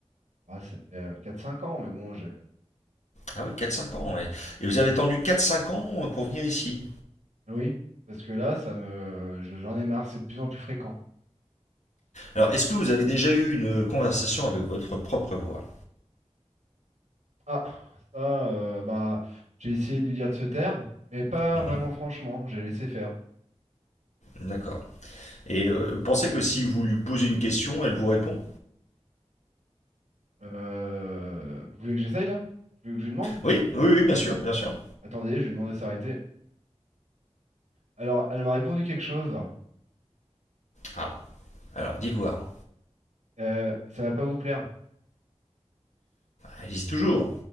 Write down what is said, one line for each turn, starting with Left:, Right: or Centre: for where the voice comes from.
Right: ah, ça fait euh, 4-5 ans, mais bon, j'ai.
Left: Ah oui, quatre cinq ans, ouais. Et vous avez attendu quatre cinq ans euh, pour venir ici.
Right: Oui, parce que là, ça me, je- j'en ai marre, c'est de plus en plus fréquent.
Left: Alors, est-ce que vous avez déjà eu une conversation avec votre propre voix
Right: Ah, ça, euh, bah, j'ai essayé de lui dire de se taire, mais pas
Left: Mhm,
Right: vraiment franchement, j'ai laissé faire.
Left: D'accord. Et euh, pensez que si vous lui posez une question, elle vous répond
Right: Euh, Vous voulez que j'essaye là? Vous voulez que je lui demande?
Left: Oui, oui, oui, bien sûr, bien sûr.
Right: Attendez, je lui demande de s'arrêter. Alors, elle m'a répondu quelque chose.
Left: Ah, alors dites voir.
Right: Euh, ça va pas vous plaire.
Left: Allez-y toujours.